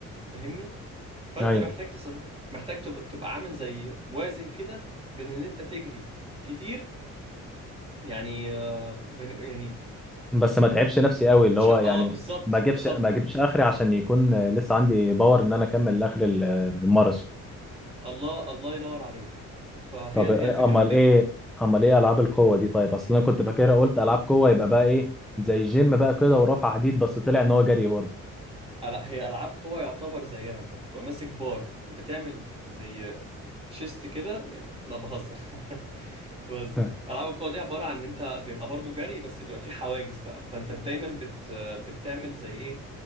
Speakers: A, on the right; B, in the centre.
A: فاهمني؟ فأنت
B: ايوه
A: محتاج تس... محتاج تب... تبقى عامل زي وازن كده بين إن أنت تجري كتير يعني آه، بين... يعني
B: بس ما تعبش نفسي قوي اللي
A: مش
B: هو
A: ه-
B: يعني
A: اه بالظبط
B: ما اجيبش
A: بالظبط
B: ما
A: ه-
B: اجيبش اخري عشان يكون آه، لسه عندي باور ان انا اكمل لاخر ال- آه، الماراثون
A: الله الله ينور عليك فهي
B: طب آه،
A: هي الفكرة
B: امال
A: في كده
B: ايه امال ايه العاب القوة دي طيب اصل انا كنت فاكرها قلت العاب قوة يبقى بقى ايه زي الجيم بقى كده ورفع حديد بس طلع ان هو جري برضه
A: لا هي العاب قوى يعتبر زيها انت بتبقى ماسك بار بتعمل زي شيست كده يعني- لا بهزر <laughs> بهزر
B: <laughs>
A: العاب القوى دي عباره عن ان انت بيبقى برضو جري بس بيبقى فيه حواجز بقى فانت دايما بت بتعمل زي ايه